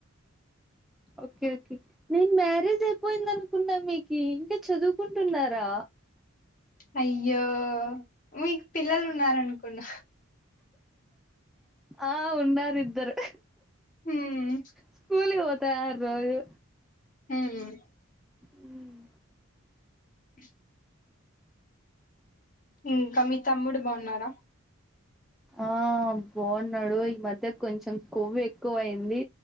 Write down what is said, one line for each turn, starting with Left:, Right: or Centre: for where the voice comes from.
Centre: ఓకే ఓకే నేను మ్యారేజ్ అయిపోయింది అనుకున్నా మీకు ఇంకా చదువుకుంటున్నారా
Left: అయ్యో మీకు పిల్లలు ఉన్నారనుకున్న
Centre: ఆ ఉన్నారు ఇద్దరు
Left: హ్మ్
Centre: స్కూల్ ఒ తర్ రోజు
Left: హ్మ్
Centre: హ్మ్
Left: వి ఇంకా మీ తమ్ముడు బావున్నారా
Centre: ఆ బావున్నాడు ఈ మధ్య కొంచెం కొవ్వు ఎక్కువ అయింది